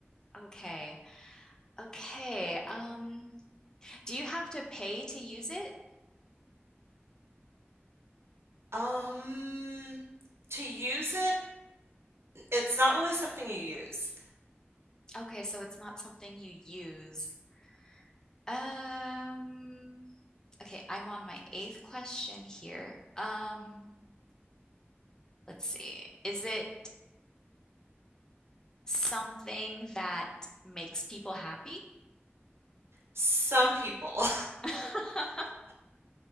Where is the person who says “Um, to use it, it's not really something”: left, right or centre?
Right